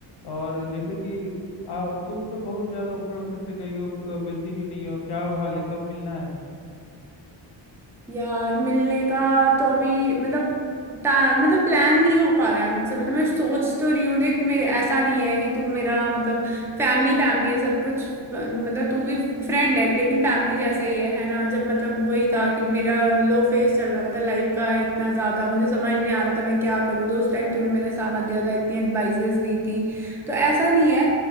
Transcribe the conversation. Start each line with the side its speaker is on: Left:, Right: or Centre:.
Left: और जैसे कि आ, तुम तो बहुत ज़्यादा उखड़ उखड़ से गई हो अ, मिलती भी नहीं हो क्या हाल है कब मिलना है
Centre: यार मिलने का तो अभी मतलब ता- मतलब प्लान नहीं हो पा रहा है मुझसे मतलब मैं सोच तो रही हूँ देख मेरे ऐसा नहीं है कि तू मेरा मतलब फैमिली फैमिली है सब कुछ फ- मतलब तू भी फ्रेंड है लेकिन फैमिली जैसा ही है है ना जब मतलब वही था कि मेरा लो फेस चल रहा था लाइफ का इतना ज्यादा मुझे समझ नहीं आ रहा था मैं क्या करूँ तो उस टाइम तूने मेरा साथ दिया था इतनी एडवाइजेस दी थी तो ऐसा नहीं है